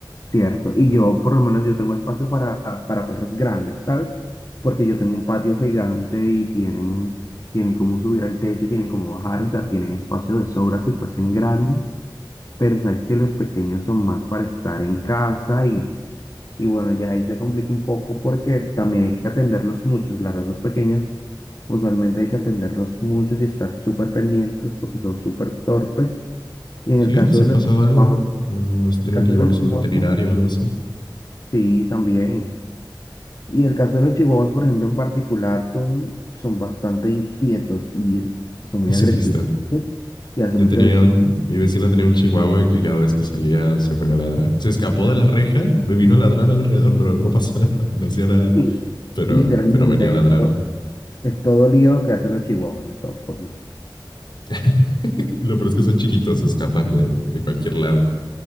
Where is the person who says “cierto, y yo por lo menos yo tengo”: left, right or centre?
Left